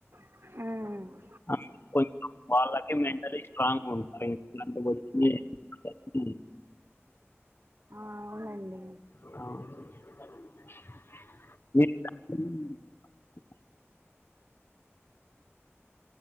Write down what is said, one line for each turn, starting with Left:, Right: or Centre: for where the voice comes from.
Right: ఆ
Left: అ <inaudible> కొంచంఅం వాళ్ళకి మెంటలీ స్ట్రాంగ్ ఉంటారు ఇంటి వచ్చి <inaudible>
Right: ఆ అవునండి
Left: అవును